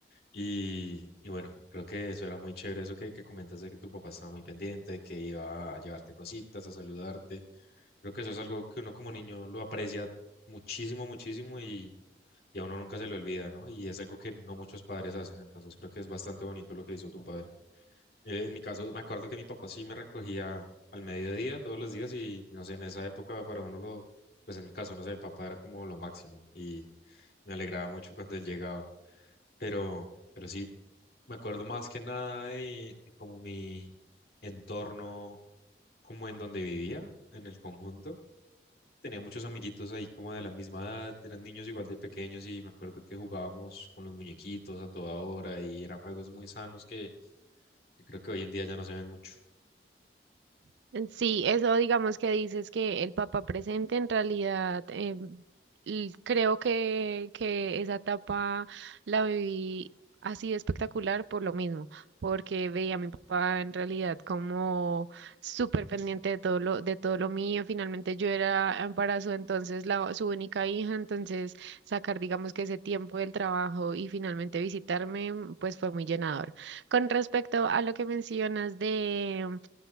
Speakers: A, on the left (about 55°); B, on the right (about 80°).
A: Y, y bueno, creo que eso era muy chévere, eso que, que comentas de que tu papá estaba muy pendiente, que iba a llevarte cositas, a saludarte. Creo que eso es algo que uno como niño lo aprecia muchísimo, muchísimo y, y a uno nunca se le olvida, ¿no? Y es algo que no muchos padres hacen, entonces creo que es bastante bonito lo que hizo tu padre. Eh, En mi caso, me acuerdo que mi papá sí me recogía al mediodía todos los días y, y no sé, en esa época para uno lo, pues en mi caso, no sé, el papá era como lo máximo y me alegraba mucho cuando él llegaba, pero, pero sí, me acuerdo más que nada de, de como mi entorno, como en donde vivía, en el conjunto. Tenía muchos amiguitos ahí como de la misma edad, eran niños igual de pequeños y me acuerdo que jugábamos con los muñequitos a toda hora y eran juegos muy sanos que que creo que hoy en día ya no se ven mucho.
B: Sí, eso digamos que dices que el papá presente en realidad eh, l- creo que, que esa etapa la viví así de espectacular por lo mismo, porque veía a mi papá en realidad como súper pendiente de todo lo, de todo lo mío. Finalmente yo era embarazo, entonces la, su única hija, entonces sacar digamos que ese tiempo del trabajo y finalmente visitarme pues fue muy llenador. Con respecto a lo que mencionas de